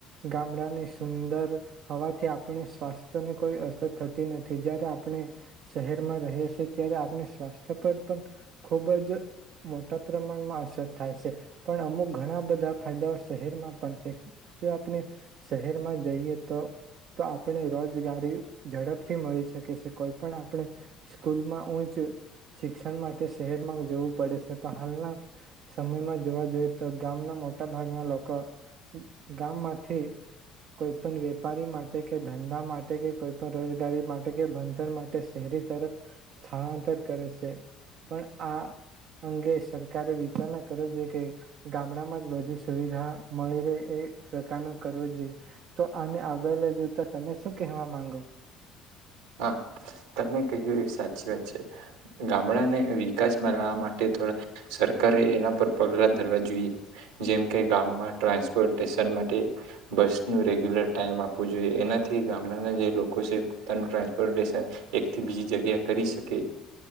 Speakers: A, on the right; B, on the right.
A: ગામડાની સુંદર હવાથી આપણે સ્વાસ્થ્યને કોઈ અસર થતી નથી જય્યારે આપણે શહેરમાં રહી છીએ ત્યારે આપણે સ્વાસ્થ્ય પર પણ ખૂબ જ મોટા પ્રમાણમાં અસર થાય છે. પણ અમુક ઘણા બધા ફાયદાઓ શહેરમાં પણ છે જો આપણે શહેરમાં જઈએ તો તો આપણે રોજગારી ઝડપથી મળી શકે છે કોઈ પણ આપણે સ્કૂલમાં ઉઊંચ શિક્ષણ માટે શહેરમાં જવું પડે છે તો હાલના સમયમાં જો તો ગામના મોટા ભાગના લોકો ગામમાંથી કોઈ પણ વેપારી માટે કે ધંધા માટે કે કોઈ પણ રોજગારી માટે કે ભણતર માટે શહેરી તરફ સ્થળાંતર કરે છે પણ આ અંગે સરકારે વિચારણા કરવી જોઈએ. કે ગામડામાં જ બધી સુવિધા મળી રહે એ પ્રકારનો કરવો જોઈએ તો આને આગળ લઈ જતા તમે શું કહેવા માંગો.
B: હા. તમે કહ્યું એ સાચી વાત છે. ગામડાને વિકાસમાં લાવવા માટે થોડા સરકારે એના પર પગલાં ધરવા જોઈએ જેમ કે ગામમાં ટ્રાન્સપોર્ટેશન માટે બસનું રેગ્યુલર ટાઈમ આપવું જોઈએ એનાથી ગામડાના જે લોકો છે. નું ટ્રાન્સપોર્ટેશન એકથી બીજી જગ્યાએ કરી શકે